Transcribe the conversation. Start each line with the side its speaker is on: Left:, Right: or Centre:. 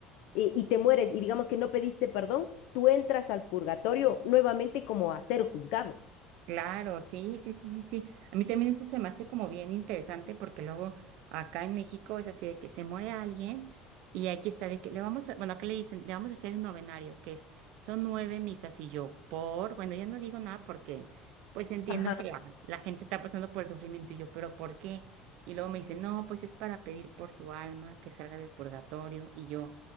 Left: eh, y te mueres y digamos que no pediste perdón, tú entras al purgatorio nuevamente como a ser juzgado.
Right: Claro, sí, sí, sí, sí, sí. A mí también eso se me hace como bien interesante porque luego acá en México es así de que se muere alguien y aquí está de que le vamos a, bueno, acá le dicen, le vamos a hacer el novenario, que es, son nueve misas y yo por, bueno, yo no digo nada porque pues entiendo
Left: Ajá.
Right: que la, la gente está pasando por el sufrimiento y yo, pero ¿por qué? Y luego me dicen, no, pues es para pedir por su alma que salga del purgatorio y yo,